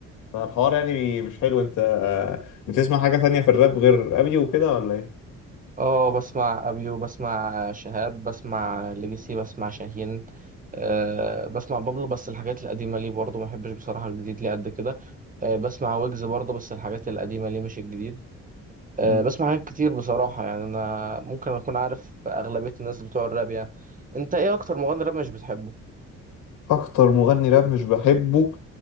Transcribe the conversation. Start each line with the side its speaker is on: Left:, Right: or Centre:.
Left: فالحوار يعني مش حلو انت بتسمع حاجه تانية في الراب غير ابي وكده ولا
Right: اه بسمع أبيو بسمع شهاب بسمع ليجاسي بسمع شاهين أه بسمع بابلو بس الحاجات القديمة ليه برضه ما بحبش بصراحة الجديد ليه قد كده أه بسمع ويجز برضه بس الحاجات القديمة ليه مش الجديد أه
Left: ايه
Right: بسمع حاجات كتير بصراحة يعني أنا ممكن أكون عارف أغلبية الناس بتوع الراب يعني أنت إيه أكتر مغني راب مش بتحبه؟
Left: اكتر مغني راب مش بحبه